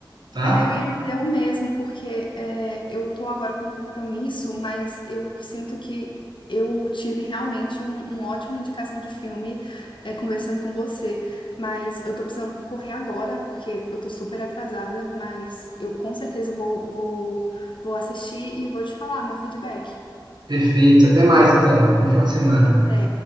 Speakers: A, on the right; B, on the left.
A: tá?
B: É, eu ia dizer o mesmo, porque é, eu tô agora com um compromisso, mas eu sinto que eu tive realmente um, uma ótima indicação de filme é, conversando com você. Mas eu tô precisando correr agora, porque eu tô super atrasada, mas eu com certeza vou, vou, vou assistir e vou te falar meu feedback.
A: Perfeito. Até mais, então. Bom final de semana.
B: Até.